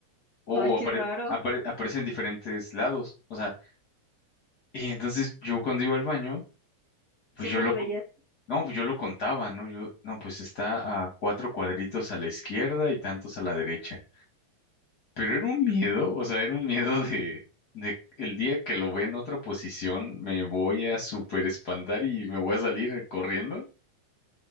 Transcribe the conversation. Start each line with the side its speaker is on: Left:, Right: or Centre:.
Left: O,
Right: Ay, qué
Left: o apare-
Right: raro.
Left: apare- aparece en diferentes lados. O sea, Y entonces yo cuando iba al baño, pues
Right: Siempre
Left: yo lo,
Right: lo veías.
Left: co- no, pues yo lo contaba, ¿no? Yo, no, pues está a cuatro cuadritos a la izquierda y tantos a la derecha. Pero era un miedo, o sea, era un miedo de, de el día que lo ve en otra posición, me voy a súper espantar y me voy a salir corriendo.